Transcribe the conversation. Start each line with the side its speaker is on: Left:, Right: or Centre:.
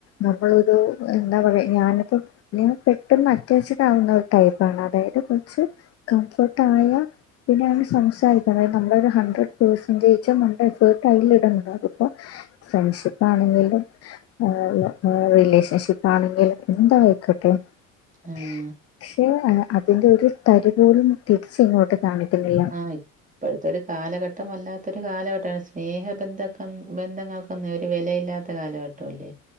Left: നമ്മളൊരു എന്താ പറയാ ഞാന്പ്പോ ഞാൻ പെട്ടെന്ന് അറ്റാച്ചഡ് ആവുന്ന ഒരു ടൈപ്പാണ് അതായത് കൊറച്ച് കംഫേർട്ടായ പിന്നെ നമ്മള് സംസാരിക്കണം നമ്മളൊരു ഹൺഡ്രഡ് പേർസന്റോജും നമ്മടെ എഫേട്ട് അയ്ലിടണം പ്പം ഫ്രണ്ട്ഷിപ്പ് ആണങ്കിലും ആഹ് റിലേഷൻഷിപ്പാണങ്കിലും എന്തായിക്കോട്ടെ പക്ഷെ
Right: ആഹ്
Left: അതിന്റെ ഒരു തരി പോലും തിരിച്ച് ഇങ്ങോട്ട് കാണിക്കുന്നില്ല
Right: ആ ഇപ്പഴത്തെ ഒരു കാലഘട്ടം വല്ലാത്തൊരു കാലഘട്ട സ്നേഹ ബന്ധക്കെ ബന്ധങ്ങൾ ഇപ്പന്നും ഒരു വെലയില്ലാത്ത കാലഘട്ടമല്ലേ